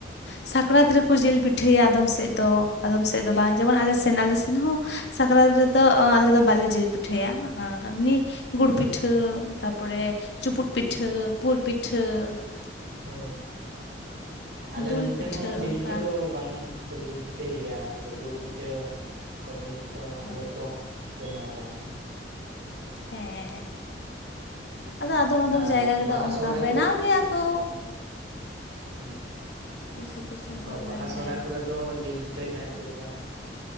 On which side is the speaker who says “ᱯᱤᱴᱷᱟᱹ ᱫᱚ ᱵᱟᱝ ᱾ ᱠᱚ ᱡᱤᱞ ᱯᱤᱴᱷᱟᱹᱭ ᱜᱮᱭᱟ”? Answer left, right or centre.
Right